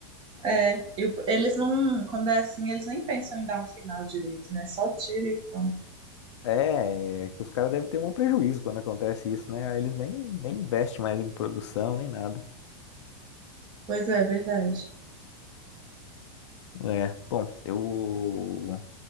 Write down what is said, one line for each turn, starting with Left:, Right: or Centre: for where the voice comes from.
Right: É, e o- eles não, quando é assim, eles nem pensam em dar um final direito, né? Só tira e pronto.
Left: É, é que os caras devem ter um prejuízo quando acontece isso, né? Aí eles nem, nem investem mais em produção, nem nada.
Right: Pois é, é verdade.
Left: É, bom, eu